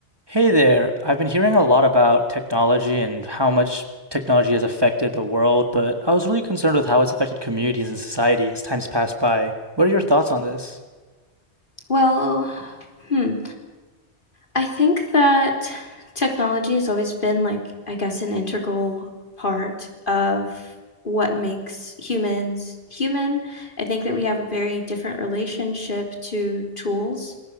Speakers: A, on the right; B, on the left.
A: Hey there. I've been hearing a lot about technology and how much technology has affected the world, but I was really concerned with how it's affected communities and society as time's passed by. What are your thoughts on this?
B: Well, hmm, I think that technology has always been like, I guess, an integral part of what makes humans human. I think that we have a very different relationship to tools